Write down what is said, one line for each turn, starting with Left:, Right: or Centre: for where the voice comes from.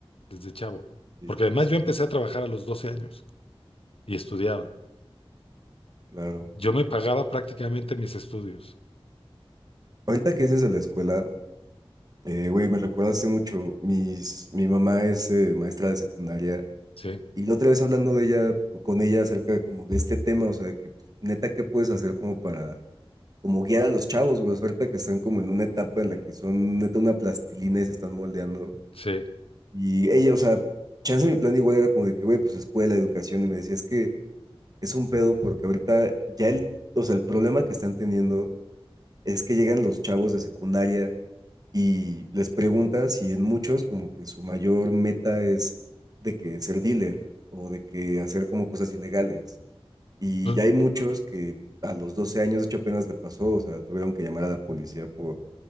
Left: desde chavo.
Right: Sí,
Left: Porque además
Right: sí,
Left: yo empecé
Right: sí,
Left: a trabajar a los 12 años y estudiaba.
Right: claro.
Left: Yo me pagaba prácticamente mis estudios.
Right: Ahorita que dices de la escuela, eh, güey, me recuerda hace mucho. Mis, mi mamá es eh, maestra de secundaria
Left: Sí,
Right: y la otra vez hablando de ella, con ella acerca de como de este tema, o sea, de que pues, neta, ¿qué puedes hacer como para como guiar a los chavos, güey, suerte que están como en una etapa en la que son neta una plastilina y se están moldeando.
Left: sí,
Right: Y ella, o sea, chance mi plan igual era como de que, güey, pues escuela, educación, y me decía, es que es un pedo porque ahorita ya el, o sea, el problema que están teniendo es que llegan los chavos de secundaria y les preguntas y en muchos como que su mayor meta es de que ser dealer o de que hacer como cosas ilegales. Y
Left: pues,
Right: ya hay muchos que a los 12 años, de hecho, apenas le pasó, o sea, tuvieron que llamar a la policía por,